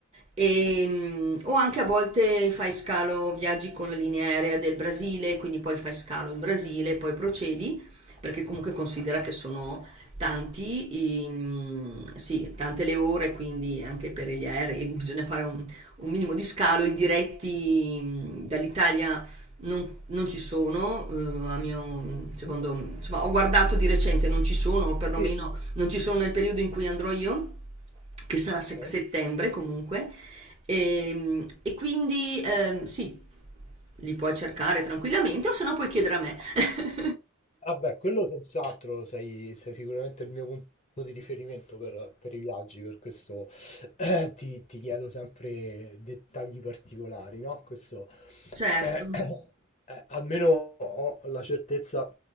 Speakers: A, on the right (about 30°); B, on the left (about 30°).
A: E, mm, o anche a volte fai scalo, viaggi con la linea aerea del Brasile, quindi poi fai scalo in Brasile, poi procedi, perché comunque considera che sono tanti, i, mm, sì, tante le ore, quindi anche per gli aerei <laughs> bisogna fare un, un minimo di scalo. I diretti mm, dall'Italia non, non ci sono, eh, a mio
B: Mh-mh.
A: secondo, insomma, ho guardato di recente, non ci sono, o perlomeno
B: Sì.
A: non ci sono nel periodo in cui andrò io che sarà se-
B: Okay.
A: settembre comunque. E, e quindi ehm, sì, li puoi cercare tranquillamente o se no puoi chiedere a me. <laughs>
B: Ah beh, quello senz'altro sei sei sicuramente il mio punto di riferimento per per i viaggi, per questo <clears throat> ti ti chiedo sempre dettagli particolari, no, questo
A: Certo.
B: eh, <clears throat> eh, almeno ho la certezza